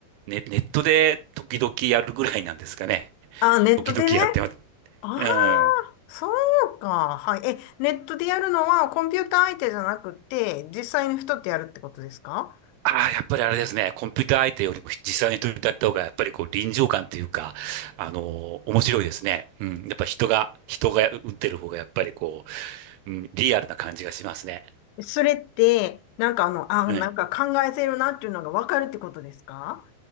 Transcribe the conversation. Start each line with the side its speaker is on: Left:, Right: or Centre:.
Right: ね、ネットで時々やるぐらいなんですかね。
Left: あ、ネットでね。
Right: 時々やってます。
Left: ああ、
Right: うん。
Left: そうか。はい。え、ネットでやるのはコンピューター相手じゃなくて、実際の人ってやるってことですか
Right: ああ、やっぱりあれですね。コンピューター相手よりも実際に取り立った方が、やっぱりこう臨場感というか、あのー面白いですね。うん。やっぱ人が、人が打ってる方が、やっぱりこう、うん、リアルな感じがしますね。
Left: それって、なんかあの、あ、
Right: うん。
Left: なんか考えてるなっていうのがわかるってことですか